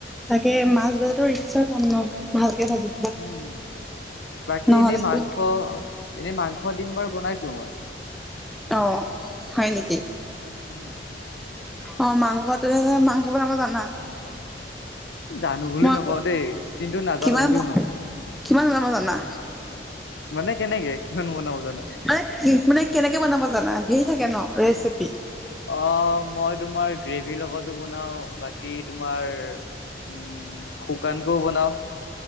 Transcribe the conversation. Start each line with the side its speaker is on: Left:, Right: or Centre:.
Centre: তাকে, মাছ ভাজটো ৰিস্কৰ কাম ন। ভালকে ভাজি
Left: উম, বাকী
Centre: নহ'লেতো
Left: এনেই মাংস এনে মাংস দিম বাৰু বনাইছো মই।
Centre: অহ' হয় নেকি?
Left: উম।
Centre: অ' মাংস তেনে, মাংস বনাব জানা?
Left: জানো বুলি
Centre: মই
Left: নকওঁ দেই, কিন্তু নাজানো
Centre: কিমান
Left: বুলিও নকওঁ।
Centre: কিমান বনাব জানা?
Left: মানে কেনেকে কিমান বনাব জানা।
Centre: মানে কি কোনে কেনেকে বনাব জানা, ধেই থাকে ন ৰেচিপি।
Left: অ' মই তোমাৰ গ্ৰেভীৰ লগতো বনাও বা কী তোমাৰ উম শুকানকৈও বনাও।